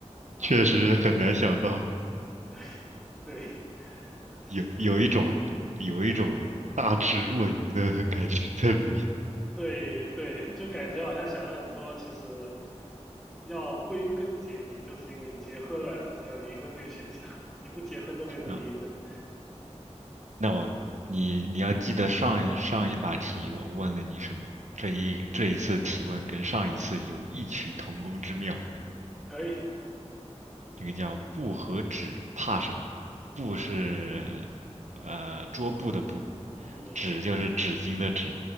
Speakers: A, in the centre; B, on the right.
A: 啊，
B: 确实很难想到，
A: 对，对，行，
B: 有有一种有一种大智若愚的感觉在里面。
A: 对对，就感觉好像想了很多，其实要归根结底，就是因为结婚了才有离婚这个选项，<laughs> 你不结婚都没得离婚。
B: 啊，那我你你要记得上一上一把题我问了你什么，这一这一次提问跟上一次有异曲同工之妙。
A: 可以，
B: 这个叫布和纸怕什么？布是呃桌布的布，
A: 嗯
B: 纸就是纸巾的纸。